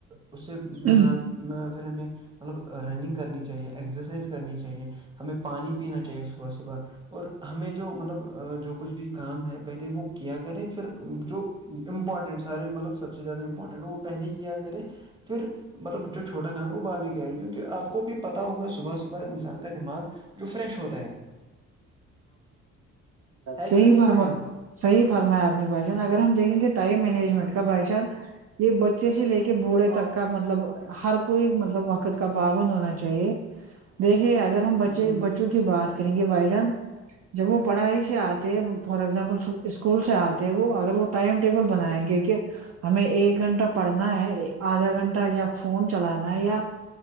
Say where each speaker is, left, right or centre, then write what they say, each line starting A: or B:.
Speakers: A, on the right (about 15°); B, on the right (about 50°).
A: اس سے پھر
B: جان
A: ہمیں مطلب رننگ کرنی چاہیے ایکسرسائز کرنی چاہیے ہمیں پانی پینا چاہیے صبح صبح اور ہمیں جو مطلب جو کچھ بھی کام ہے پہلے وہ کیا کریں پھر جو امپورٹنٹ سارے مطلب سب سے زیادہ امپورٹاینٹ ہے وہ پہلے کیا کرے مطلب فر جو چھوٹا کام ہیں وہ بعد می کیا کرے کوکی آپکو بھی پتاہ ہوگا صبح صبح انسان کا دماغ جو فریش ہوتا ہے ہے
B: صحیح
A: کہ نہیں
B: فرمایا
A: بھائی جان
B: صحیح فرمایا آپ نے بھائی جان اگر ہم دیکھیں گے ٹائم مینجمنٹ کا بھائی جاں یہ بچے سے لے کے بوڑھے تک کا مطلب ہر کوئی مطلب وقت کا پابند ہونا چاہیے دیکھیے اگر ہم بچے
A: جی
B: بچوں کی بات کریں گے بھائی جان جب وہ پڑھائی سے آتے فار ایگزامپل اسکول سے آتے ہیں وہ اگر وہ ٹائم ٹیبل بنائیں گے کہ ہمیں ایک گھنٹہ پڑھنا ہے آدھا گھنٹہ یا فون چلانا ہے یا